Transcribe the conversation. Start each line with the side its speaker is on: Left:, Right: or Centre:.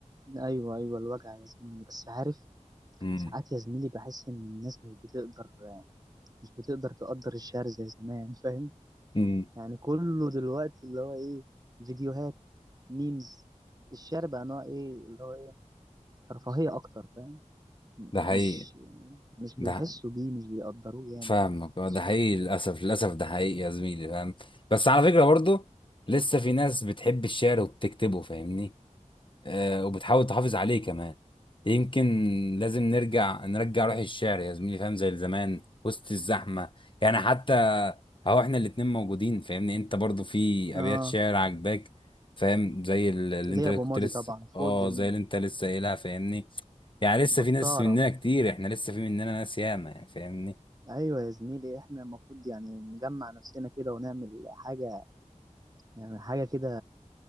Right: ايوه ايوه الوجع يا زميلي بس عارف
Left: مم.
Right: ساعات يا زميلي بحس ان الناس مش بتقدر مش بتقدر تقدر الشعر زي زمان فاهم
Left: مم.
Right: يعني كله دلوقتي اللي هو ايه فيديوهات ميمز الشعر بقى نوع ايه اللي هو ايه رفاهية اكتر فاهم
Left: ده
Right: مش
Left: حقيقي
Right: مش
Left: ده
Right: بيحسوا بيه مش بيقدروه جامد
Left: فاهمك
Right: يعني
Left: اه
Right: أصلاً.
Left: ده حقيقي للاسف للاسف ده حقيقي يا زميلي فاهم بس على فكره برضه لسه في ناس بتحب الشعر وبتكتبه فاهمني آه وبتحاول تحافظ عليه كمان يمكن لازم نرجع نرجع روح الشعر يا زميلي فاهم زي زمان وسط الزحمه يعني حتى اهو احنا الاتنين موجودين فاهمني انت برضه في
Right: اه
Left: ابيات شعر عجباك فاهم زي ال- اللي انت
Right: ليه يا
Left: كنت
Right: ابو ماضي
Left: لسه
Right: طبعا
Left: اه
Right: فوق الجميع
Left: زي اللي انت لسه قايلها فاهمني يعني لسه
Right: بطارة
Left: في ناس مننا كتير احنا لسه في مننا ناس ياما يعني فاهمني
Right: ايوه يا زميلي احنا المفروض يعني نجمع نفسنا كده ونعمل حاجة يعني حاجة كده